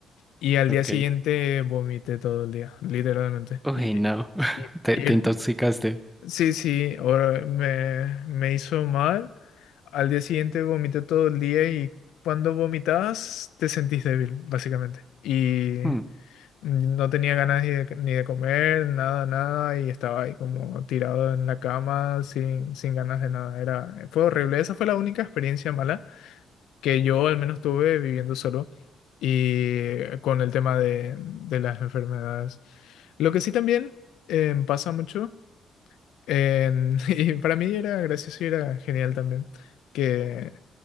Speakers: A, on the left; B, in the centre.
A: y al
B: Ok.
A: día siguiente vomité todo el día, literalmente.
B: Uy,
A: Y-
B: no, <laughs>
A: y-
B: te,
A: y
B: te intoxicaste.
A: Sí, sí, ahora me, me hizo mal. Al día siguiente vomité todo el día y cuando vomitas te sentís débil, básicamente. Y
B: Hmm.
A: no tenía ganas ni de, ni de comer, nada, nada, y estaba ahí como tirado en la cama sin, sin ganas de nada. Era, fue horrible. Esa fue la única experiencia mala que yo al menos tuve viviendo solo y con el tema de, de las enfermedades. Lo que sí también eh, pasa mucho en- <laughs> y para mí era gracioso y era genial también, que